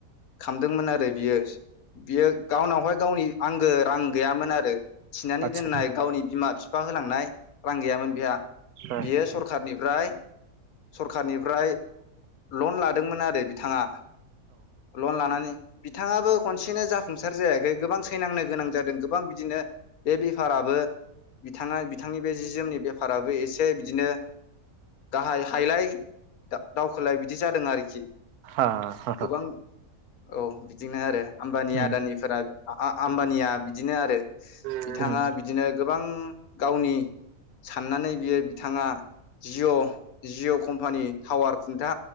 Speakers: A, on the left (about 75°); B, on the right (about 80°).
A: खामदोंमोन आरो बियो बियो गावनावहाय गावनि आंगो रां गैयामोन आरो थिनानै
B: आतसा
A: दोननाय गावनि बिमा बिफा फा होलांनाय रां गैयामोन बेहा
B: औ
A: बियो सरखारनिफ्राय सरखारनिफ्राय लन लादोंमोन आरो थाङा लन लानानै बिथाङाबो खनसेनो जाफुंसार जायाखै गोबां थैनांनो गोनां जादों गोबां बिदिनो बे बेफाराबो बिथाङा बिथांनि बे जि-जोमनि बेफाराबो एसे बिदिनो गाहाय हायलाय दावखोलाय बिदि जादों आरोखि
B: हा हा
A: गोबां औ बिदिनो आरो आमबानि
B: उम
A: आदानिफोरा आमबानिया बिदिनो आरो
B: उम
A: बिथाङा बिदिनो गोबां गावनि साननानै बियो बिथाङा जिअ' जिअ' कम्पानि टावार खुनथा